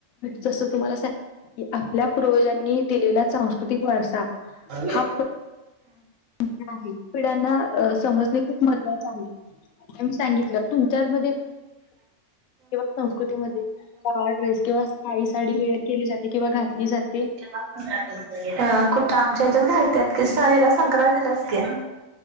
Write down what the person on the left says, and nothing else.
जस तुम्हाला सांगी आपल्या पूर्वजांनी दिलेला सांस्कृतिक वारसा
हा परंपरा पिढ्यांना समजणे खूप महत्त्वाच आहे मी सांगितलं तुमच्या मध्ये किंवा संस्कृतीमध्ये साहावा ड्रेस किंवा काही साडी वेअर केली जाते किंवा घातली जाते